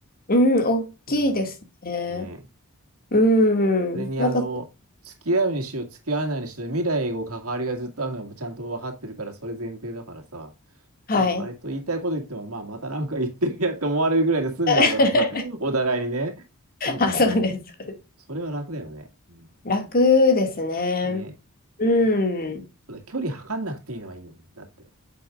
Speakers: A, on the left; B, on the right.
A: うん大きいですね
B: そう。ね。
A: うんなんか
B: それにあの、付き合うにしろ付き合わないにしろ未来を関わりがずっとあるのはちゃんと分かってるからそれ前提だからさ、
A: はい
B: ね、割と言いたいこと言っても、まあ、またなんか言ってるやって思われるぐらいで済んじ
A: <laughs>
B: <laughs> ゃうからさ、お互いにね。そうだよね。
A: あそうですそうです
B: それは楽だよね。うん
A: 楽ですね
B: ね。
A: うん
B: そう、そうだ、距離測んなくていいのはいいよね。だって。